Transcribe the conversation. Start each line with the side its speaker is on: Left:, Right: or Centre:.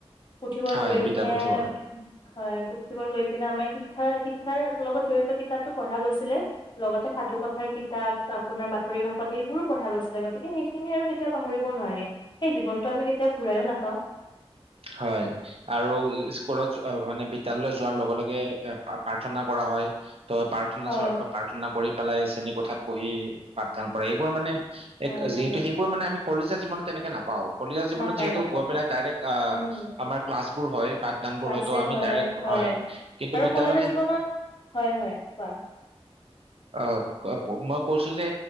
Left: পুথিভঁৰাল
Right: হয়
Left: গৈ
Right: বিদ্যাপথী
Left: কিনে।
Right: ৱাৰল্ড
Left: হয় পুথি ভঁৰাল গৈ কিনে আমাৰ শিক্ষা শিক্ষাৰ লগত জড়িত কিতাপতো পঢ়া গৈছিলে লগতে সাধু কথাৰো। কিতাপ আপোনাৰ বাতৰি কাকত এইবোৰো পঢ়া গৈছিলে গতিকে সেইখিনি আৰু কেতিয়াও পাহৰিব নোৱাৰি সেই জীৱনটো আমি কেতিয়াও ঘুৰাইও নাপাও?
Right: হয় আৰু স্কুলত যোৱা মানে বিদ্যালয় যোৱাৰ লগে লগে প্ৰাৰ্থনা কৰা হয় ত। প্ৰাৰ্থনা
Left: হয়
Right: চ প্ৰাৰ্থনা কৰি পেলাই আছে? তেনে কোঠাত বহি পাঠদান কৰা এইবোৰ মানে।
Left: হয়
Right: এক যিহেতু
Left: হয়
Right: সেইবোৰ মানে আমি। কলিচে জীৱনটো তেনেকে নাপাওঁ? কলিজাৰ জীৱনটো
Left: নাপায়
Right: যিহেতু
Left: নাপায়
Right: গৈ পেলাই ডাইৰেক্ট।
Left: উম
Right: আমাৰ ক্লাছ। এই বোৰ হয়। পাঠদানবোৰ
Left: ক্লাছে
Right: হয়তো আমি
Left: হয়
Right: ডাইৰেক্ট
Left: হয়
Right: কিন্তু
Left: আৰু
Right: বিদ্যালয়ত
Left: কলেজৰ
Right: হেন-
Left: জীৱনত হয় হয় কোৱা।
Right: অ মই কৈছো যে